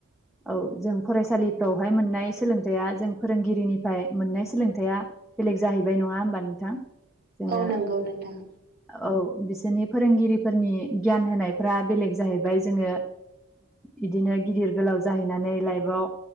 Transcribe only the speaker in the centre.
औ जों फरायसालिफ्रावहाय मोननाय सोलोंथाइया जों फोरोंगिरिनिफ्राय मोननाय सोलोंथाइआ बेलेग जाहैबाय नङा होमबा नोंथां जोङो
औ बिसोरनि फोरोंगिरिफोरनि गियान होनायफ्रा बेलेग जाहैबाय जोङो बिदिनो गिदिर गोलाव जाहैनानै लाइफआव